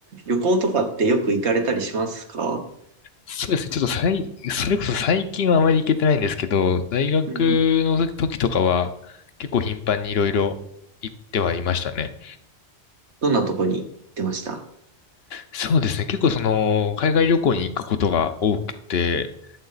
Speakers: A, on the right; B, on the left.
A: 旅行とかってよく行かれたりしますか
B: そうですね。ちょっとさい、それこそ最近はあまり行けてないんですけど、大学の時とかは結構頻繁にいろいろ行ってはいましたね。
A: うんうん。どんなとこに行ってました
B: そうですね。結構その、海外旅行に行くことが多くて、